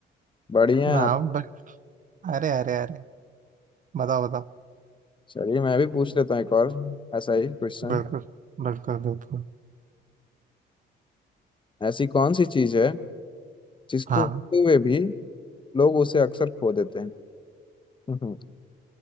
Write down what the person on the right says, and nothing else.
ना
बट अरे अरे अरे बताओ बताओ
बिल्कुल बिल्कुल बिल्कुल
हाँ